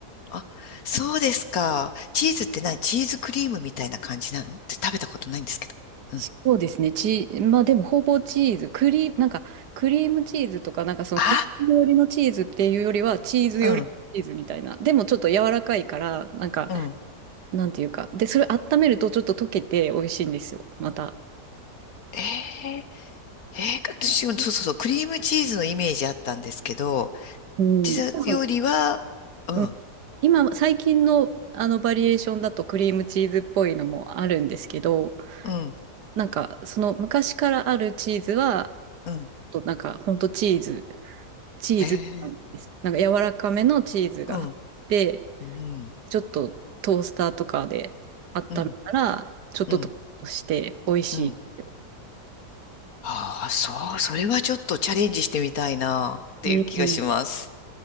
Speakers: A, on the left; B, on the right.
A: あ、そうですか。チーズって何チーズクリームみたいな感じなのって食べたことないんですけど。うん。
B: そうですね。チー、まあでもほぼチーズ、クリー、なんかクリームチーズとか、なんかそのクリーム寄りのチーズっていうよりは、
A: あ、
B: チーズ寄りのチーズみたいな。
A: うん、
B: でもちょっと柔らかいから、なんか、
A: うん。
B: なんていうか。で、それ温めるとちょっと溶けて美味しいんですよ、また。
A: ええええ私、そうそうそう、クリームチーズのイメージあったんですけど、
B: うん。
A: ピザよりは、
B: 多分
A: うん、
B: うん、今、最近のあのバリエーションだとクリームチーズっぽいのもあるんですけど、
A: うん、
B: なんかその昔からあるチーズは、
A: うん、
B: となんかほんとチーズチーズなんです。
A: へえ
B: なんか柔らかめのチーズが入って、
A: うん、うん、
B: ちょっとトースターとかで温めたら、
A: うん、
B: ちょっとトーストして美味しいですよ。
A: うん、うん。ああ、そう、それはちょっとチャレンジしてみたいな、っていう気がします。
B: うんうん